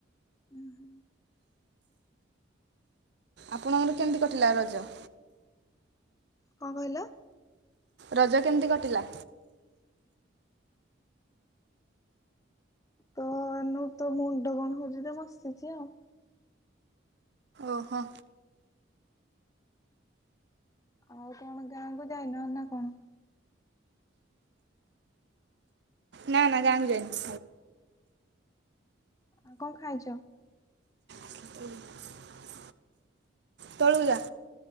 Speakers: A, on the left; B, on the right.
A: ଉ ହୁଁ।
B: ଆପଣଙ୍କର କେମିତି କଟିଲା ରଜ?
A: କଣ କହିଲ?
B: ରଜ କେମିତି କଟିଲା?
A: ତ ମୋର ତ ମୁଣ୍ଡ କଣ ହଉଚି ତ ବସିଚି ଆଉ।
B: ଓହୋ।
A: ଆଉ କଣ ଗାଁ କୁ ଯାଇନ ନା କଣ?
B: ନା ନା ଗାଁ କୁ ଯାଇନି।
A: ଆଉ କଣ ଖାଇଛ?
B: <unintelligible> ତଳକୁ ଯା।